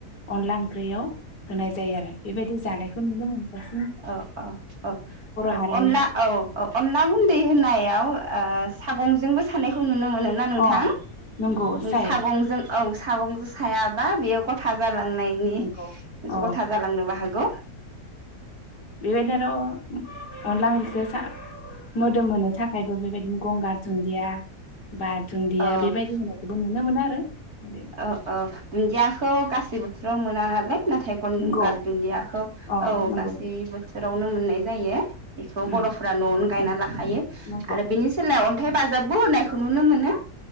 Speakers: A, on the left; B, on the right.
A: अनला ओंख्रैयाव होनायज जायो आरो बेबायदि जानायखौ नुनो मोनबास
B: औ औ औ औ
A: हारिनि
B: अनला औ औ अनला गुन्दै होनाय याव ओ सागंजोंबो सानायखौ नुनो मोनो ना नोंथां?
A: अ नंगौ
B: नि
A: सायो
B: सागंजों औ सागंजों सायाबा बेयो गथा जा फ्लांनायनि
A: नंगौ अ
B: गथा जालांनोबो हागौ।
A: बिबायदिनो आर अनला ओंख्रिखो सा मोदोम होनो थाखायबो बेबायदिनो गंगार दुन्दिया बा दुन्दिया
B: औ
A: बेबायदि होनायखौबो नुनो मोनो। <inaudible>
B: औ औ दुन्दियाखौ गासै बोथोराव मोना नालाय। नाथाय गन
A: नंगौ
B: गार दुन्दियाखौ
A: अ
B: औ
A: नंगौ
B: गासै बोथोर आवनो मोननाय जायो। बेखौ
A: उम
B: बर'फोरा न'आवनो गायना ला खायो
A: नंगौ
B: आरो बिनि सोलायाव अन थाय बाजाबबो होननायखौ नुनो मोनो।